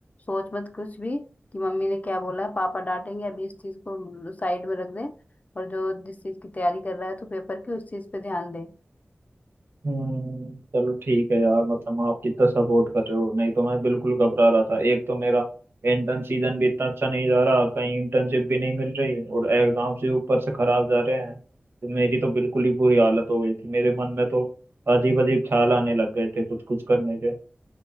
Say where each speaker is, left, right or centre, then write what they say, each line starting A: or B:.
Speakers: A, on the left (about 35°); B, on the right (about 60°).
A: सोच मत कुछ भी कि मम्मी ने क्या बोला है पापा डांटेंगे अभी इस चीज को साइड में रख दे और जो जिस चीज की तैयारी कर रहा है तो पेपर की उस चीज पे ध्यान दे
B: हम्म, चलो ठीक है यार मतलब आप कितना सपोर्ट कर रहे हो नहीं तो मैं बिल्कुल घबरा रहा था एक तो मेरा इंटर्न सीजन भी इतना अच्छा नहीं जा रहा कहीं इंटर्नशिप भी नहीं मिल रही और एग्जाम से ऊपर से खराब जा रहे हैं तो मेरी तो बिल्कुल ही बुरी हालत हो गई थी मेरे मन में तो अजीब अजीब ख्याल आने लग गए थे कुछ कुछ करने के